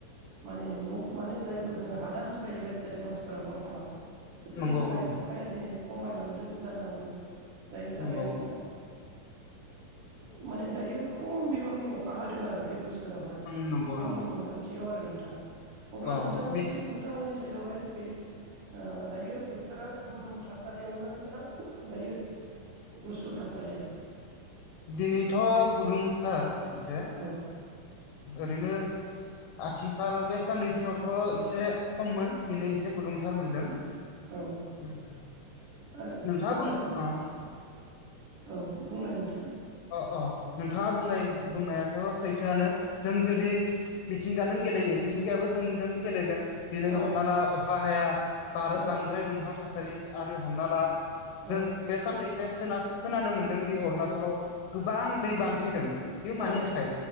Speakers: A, on the right; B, on the left.
A: माने न' माने जायखौ जोङो हादान सिफायहैबाय थादों मानसिफोरा नङा होमबा?
B: नंगौ
A: बेफोरनि थाखाय
B: नंगौ
A: अखाया दिनै खमायलांदो जानांगौ। जायनि थाखाय
B: नंगौ
A: जोङो माने दायो खम बिबांनि अखा हादों आरो बे बोसोराव।
B: उम नंगौ
A: आंनि
B: नंगौ
A: मोनदांथियाव आरो नोंथां अब्ला
B: अ
A: नोंथां
B: मिथ
A: नोंथांमोननि साइदआवहाय बे ओ दायो बोथोरा गुदुं थासारियावनो ना दायो गुसु थासारिया?
B: दिनैथ'आ गुदुंथार एसे
A: औ
B: ओरैनो आथिखाल बे साननैसोआवथ' एसे खममोन दिनै एसे गुदुंथार मोनदों। नोंथाङा
A: औ आरो आरो
B: बुं ओ
A: औ बुंलाय नोंथां।
B: अ अ नोंथाङा बुंनाय बुंनायाथ' सैथोआनो जों जुदि मिथिंगादों गेलेयो मिथिंगायाबो जोंदो़ गेलेगोन। दिनै
A: औ
B: हमना ला अखा हाया बार
A: औ
B: बांद्राय दुंहाव थासारि आरो हमना ला
A: औ
B: जों बे साननैसो सोनाब खोनानो मोनदों दि अरुणाचलाव गोबां दै बानफैदों बेयो मानि
A: औ
B: थाखाय?